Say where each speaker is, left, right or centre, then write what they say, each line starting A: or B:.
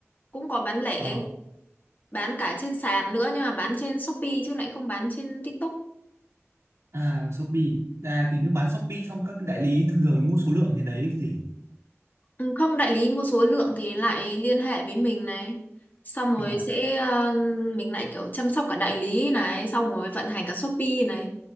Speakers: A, on the left; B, on the right.
A: cũng có bán lẻ
B: Ờ,
A: bán cả trên sàn nữa nhưng mà bán trên Shopee chứ lại không bán trên TikTok
B: à Shopee.
A: Ừ.
B: À
A: Ừ.
B: kiểu như bán Shopee xong các đại lý thường thường mua số lượng trên đấy chứ gì?
A: Ừ, không đại lý mua số lượng thì lại liên hệ với mình này xong rồi
B: Ờ,
A: sẽ ờ, mình lại kiểu chăm sóc cả đại lý này xong rồi vận hành cả Shopee này